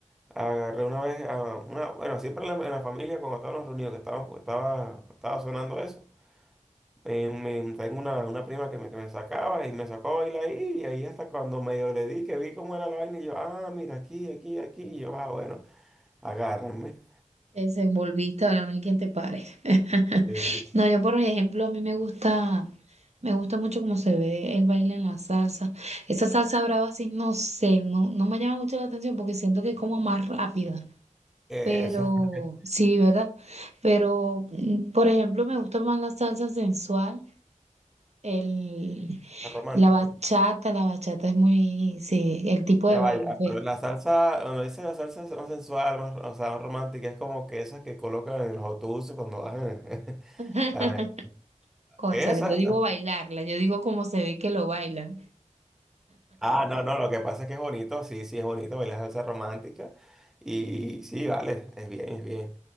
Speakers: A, in the centre; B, on the right (about 60°).
A: agarré una vez, a una, bueno, siempre en la, en la familia cuando estábamos reunidos, que estábamos, estaba, estaba sonando eso. Eh, me- tengo una, una prima que me, que me sacaba y me sacó a bailar ahí y ahí hasta cuando medio le di que vi cómo era la vaina y yo, ah, mira, aquí, aquí, aquí, y yo, ah, bueno, agárrenme.
B: Te desenvolviste, ahora no hay quien te pare. <laughs>
A: Eh,
B: No, yo por ejemplo, a mí me gusta, me gusta mucho cómo se ve el baile en la salsa. Esa salsa brava así, no sé, no, no me llama mucho la atención porque siento que es como más rápida.
A: Eso,
B: Pero,
A: <laughs>
B: sí, ¿verdad? Pero, mm, por ejemplo, me gusta más la salsa sensual, el,
A: es romántica.
B: la bachata, la bachata es muy, sí, el tipo de
A: Ya vaya,
B: baile, pues.
A: pero la salsa, cuando dice la salsa más sensual, más, o sea, más romántica, es como que esas que colocan en los autobuses cuando bajan. <laughs>
B: <laughs>
A: A ver,
B: Cónchale,
A: Esa,
B: yo digo
A: esa.
B: bailarla, yo digo cómo se ve que lo bailan.
A: Ah, no, no, lo que pasa es que es bonito, sí, sí, es bonito bailar salsa romántica. Y sí, vale, es bien, es bien.